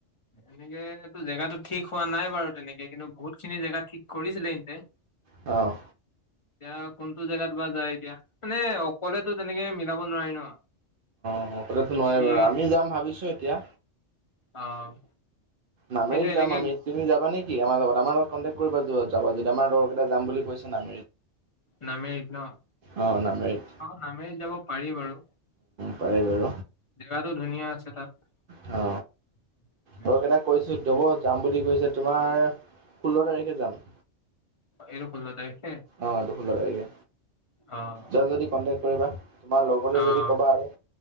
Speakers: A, on the left; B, on the right.
A: এনেকো জেগাতটো ঠিক হোৱা নাই বাৰু তেনেকে কিন্তু বহুত খিনি জেগা ঠিক কৰিছিলে হিন্তে।
B: অহ।
A: এতিয়া কোনটো জেগাত বা যায় এতিয়া। মানে অকলেতো তেনেকে মিলাব নোৱাৰি ন'।
B: অ' অকলেটো নোৱাৰি
A: যদি
B: বাৰু, আমি যাম ভাবিছোঁ এতিয়া।
A: অ'।
B: নামেৰিত
A: সেইটো এনেকে
B: যাম আমি। তুমি যাবা নেকি আমাৰ লগত? আমাৰ লগত কনটেক কৰিবা জাবা যদি আমাৰ লগৰকেইটা যাম বুলি কৈছে নামেৰিত।
A: নামেৰিত ন' অ',
B: অঁ নামেৰিত
A: নামেৰিত যাব পাৰি বাৰু।
B: পাৰি বাৰু
A: জেগাটো ধুনীয়া আছে তাত।
B: অ।
A: <inaudible>
B: আৰু‌ কেইটা কৈছো যব যাম বুলি কৈছে তোমাৰ ষোল্ল তাৰিখে যাম।
A: এইটো ষোল্ল তাৰিখ?
B: অ এইটো ষোল্ল তাৰিখে।
A: অ',
B: যোৱা যদি কণ্টেক্ট কৰিবা তোমাৰ লগৰে
A: অ',
B: যদি কবা আৰু।